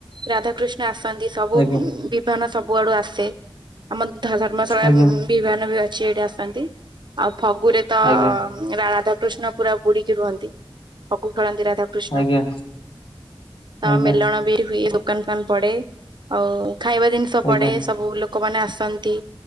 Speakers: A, on the right (about 55°); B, on the left (about 75°).
A: ରାଧା କୃଷ୍ଣ ଆସନ୍ତି ସବୁ
B: ଆଜ୍ଞା
A: ବିିଭାନ ସବୁ ଆଡୁ ଆସେ ଆମ ଧ ଧର୍ମଶାଳା
B: ଆଜ୍ଞା
A: ବିଭାନ ବି ଅଛି ଏଇଠି ଆସନ୍ତି ଆଉ ଫଗୁରେ ତ
B: ଆଜ୍ଞା
A: ରାଧାକୃଷ୍ଣ ପୁରା ବୁଡିକି ରୁହନ୍ତି। ଖେଳନ୍ତିି ରାଧା କୃଷ୍ଣ
B: ଆଜ୍ଞା
A: ତ
B: ଆଜ୍ଞା
A: ମେଲଣ ବି ହୁଏ। ଦୋକାନ ଫୋକାନ ପଡେ, ଆଉ ଖାଇବା ଜିନିଷ
B: ଆଜ୍ଞା
A: ପଡେ। ସବୁ ଲୋକମାନେ ଆସନ୍ତି